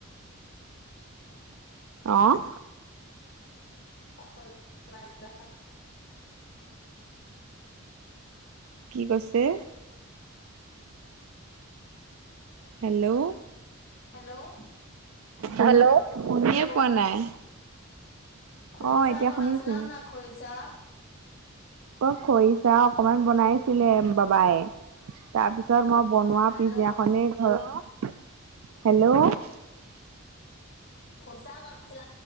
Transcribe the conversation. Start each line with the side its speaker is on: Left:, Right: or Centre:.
Right: আহ
Left: খছিল
Right: কি কৈছে হেল্ল'
Left: হেল্ল',
Right: হেল্ল' শনিয়ে
Left: হেল্ল',
Right: প নাই
Left: খৰিচা
Right: অ এতিয়া
Left: বনাইছিলা
Right: শুনিছো
Left: নে নাই খৰিচা?
Right: অই খৰিচাহ অকমান বনাইছিলে বাবাই তাৰ পিছত মই বনোৱা
Left: হেল্ল',
Right: পিজ্জাখনে ঘৰত হেল্ল'
Left: খইচা বনাইছিলা